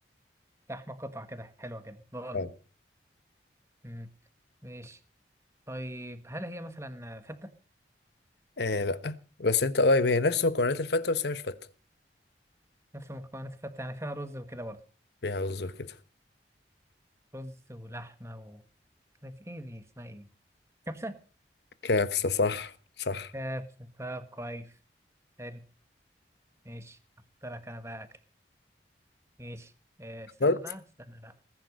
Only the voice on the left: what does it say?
اه
آه لا بس انت قريب هي نفس مكونات الفتة بس هي مش فتة
فيها رز وكده
كبسة صح صح
اخترت